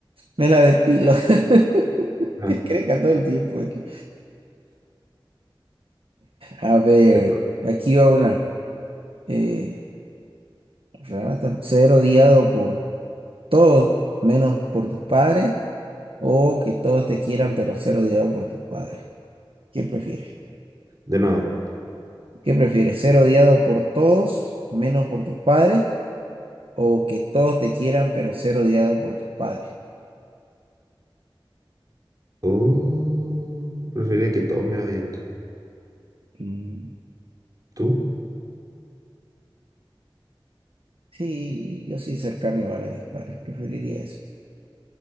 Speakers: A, on the right (about 85°); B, on the right (about 45°).
A: Me la depilo. <laughs>
B: Ah,
A: Que creca todo el tiempo. aquí. A ver,
B: te toca.
A: aquí va una. Eh, Renata, ser odiado por todos, menos por tus padres, o que todos te quieran, pero ser odiado por tus padres. ¿Qué prefieres?
B: de nuevo.
A: ¿Qué prefieres? ¿Ser odiado por todos, menos por tus padres? ¿O que todos te quieran, pero ser odiado por tus padres?
B: Uh, preferiría que todos me odien.
A: Mm,
B: ¿Tú?
A: Sí, yo sí cercano igual a mis padres. Preferiría eso.